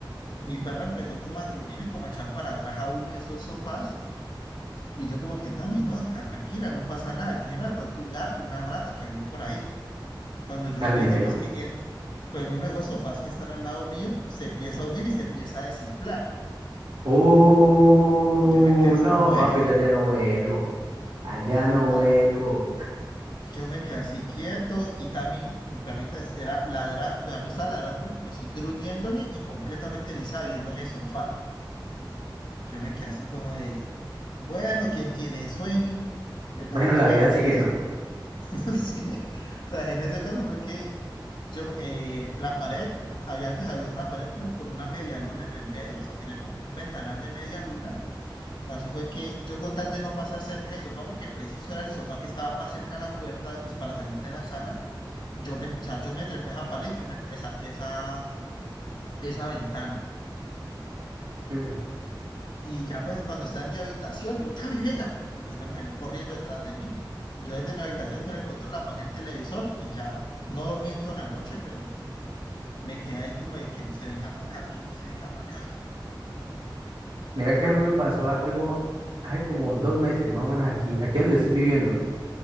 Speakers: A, on the left; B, on the right.
A: mi perra empezó como a gruñir y como a echar para atrás a uno de esos sofás. Y yo como que, Tami, no, acá, tranquila, no pasa nada. Yo dije, no, de pronto un gato, una rata que vio por ahí. cuando yo
B: cálmese,
A: voy viendo,
B: ¿no?
A: pues que eh, con uno de esos sofás que están al lado mío, se empieza a hundir y se empieza a desinflar.
B: Uh,
A: Y yo me quedé así
B: no,
A: como, de-
B: papi,
A: <laughs>
B: yo allá no vuelvo. Allá
A: o
B: no
A: sea,
B: vuelvo.
A: yo me quedé así quieto y Tami, mi perrita, es- era ladrando, ya no estaba ladrándole, pero sí gruñéndole y completamente erizada viendo ese sofá. Yo me quedé así como de, bueno, ¿quién tiene sueño? El caso
B: Bueno,
A: es
B: la
A: que
B: vida sigue,
A: en ese,
B: ¿no?
A: <laughs> sí, o sea, en ese caso fue que Yo, eh, la pared, había, antes había una pared como con una media luna en el medio, o sea, tenía como un ventanal de media luna. El caso fue que yo con tal de no pasar cerca del sofá, porque preciso era el sofá que estaba más cerca a la puerta, pues para salir de la sala, yo me, o sea, yo me trepé a esa pared, yo me, me salté esa, esa ventana.
B: Mm.
A: Y ya pues cuando estaba en mi habitación, yo, Tavi, venga. Y pues Tavi salió corriendo detrás de mí. Yo desde mi habitación con el control apagué el televisor y ya no dormí en toda la noche, pero me quedé ahí como de que no se venga para acá, que no se venga para acá.
B: Mira que a mí me pasó algo hace como dos meses, más o menos aquí, aquí donde estoy viviendo.